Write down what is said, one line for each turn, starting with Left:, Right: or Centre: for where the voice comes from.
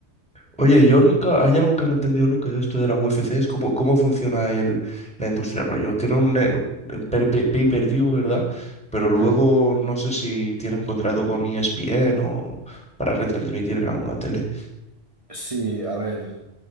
Centre: Oye, yo nunca, hay algo que no he entendido nunca de esto de la UFC, es cómo, cómo funciona el, la industria rollo. Tienen un, eh, un per- pe- pay-per-view, ¿verdad? Pero luego
Right: Hmm.
Centre: no sé si tienen contrato con ESPN o para retransmitir en alguna tele.
Right: Sí, a ver,